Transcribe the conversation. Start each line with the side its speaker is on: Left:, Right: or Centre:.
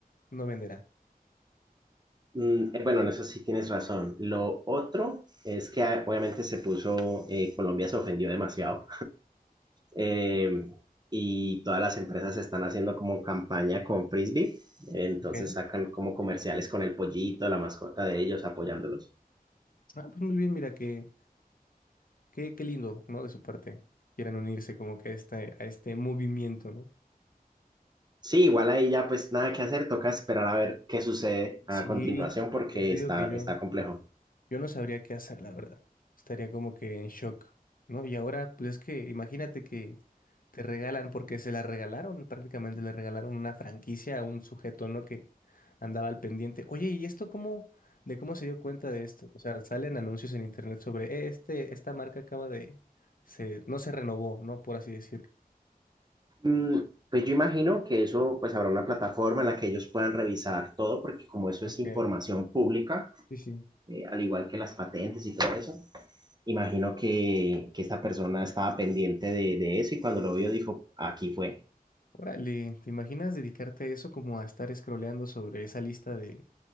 Left: no venderá.
Right: Mm, eh, bueno, en eso sí tienes razón. Lo otro es que ah, obviamente se puso, eh, Colombia se ofendió demasiado Eh, y todas las empresas están haciendo como campaña con Frisbee, entonces
Left: Ok.
Right: sacan como comerciales con el pollito, la mascota de ellos, apoyándolos.
Left: Ah, pues muy bien, mira, qué, qué, qué lindo, ¿no? De su parte, que quieran unirse como que a este, a este movimiento, ¿no?
Right: Sí, igual ahí ya pues nada que hacer, toca esperar a ver qué sucede
Left: Sí,
Right: a continuación porque
Left: sí, te digo
Right: está,
Left: que yo...
Right: está complejo.
Left: Yo no sabría qué hacer, la verdad. Estaría como que en shock, ¿no? Y ahora, pues es que imagínate que te regalan, porque se la regalaron, prácticamente le regalaron una franquicia a un sujeto, ¿no? Que andaba al pendiente. Oye, ¿y esto cómo, de cómo se dio cuenta de esto? O sea, salen anuncios en internet sobre, "Eh, este, esta marca acaba de, se, no se renovó, ¿no? Por así decirlo.
Right: Mm, pues yo imagino que eso pues habrá una plataforma en la que ellos puedan revisar todo porque como eso
Left: Ok,
Right: es información pública
Left: sí, sí.
Right: eh, al igual que las patentes y todo eso. Imagino que, que esta persona estaba pendiente de, de eso y cuando lo vio dijo, aquí fue.
Left: Órale, ¿te imaginas dedicarte a eso como a estar scrolleando sobre esa lista de